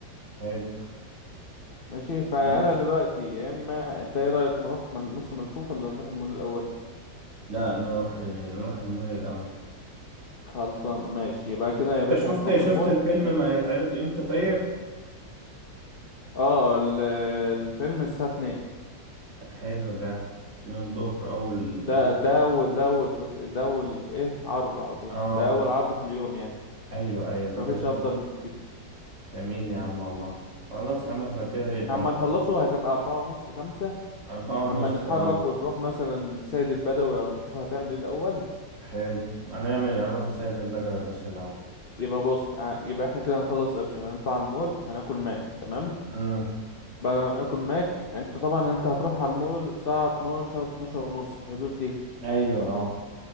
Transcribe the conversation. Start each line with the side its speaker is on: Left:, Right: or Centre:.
Right: حلو
Left: ماشي فانا
Right: ماشي
Left: دلوقتي يا اما انت ايه رايك نروح مل- نص ملفوف ولا نروح المول الاول
Right: لا نروح نروح المول الاول
Left: خلصان ماشي يبقى كده يا باشا
Right: انت شفت
Left: هنروح
Right: شفت
Left: المول
Right: الفيلم ما هيتعرض امتى طيب
Left: اه ال- الفيلم الساعة اتنين
Right: حلو ده من الظهر اول
Left: ده
Right: اول
Left: ده أول ده أول تص... ده أول إيه عرض على طول
Right: اه
Left: ده أول عرض في اليوم يعني
Right: ايوه ايوه ده
Left: مفيش
Right: جميل
Left: أفضل من كده
Right: جميل يا عم والله خلاص يا عم احنا كده يبقى
Left: أما
Right: نقدر.
Left: نخلصه هتبقى أربعة ونص خمسة
Right: أربعة ونص
Left: أما نتحرك
Right: اه
Left: ونروح مثلا السيد البدوي أو نشوف هتعمل إيه الأول
Right: حلو هنعمل هنروح السيد البدوي يا باشا الأول
Left: يبقى بص ع- يبقى إحنا كده هنخلص أبشر هنطلع المول هناكل ماك تمام
Right: مم.
Left: بعد ما ناكل ماك أنت طبعا أنت هتروح على المول الساعة اتناشر اتناشر ونص في الحدود دي
Right: ايوه اه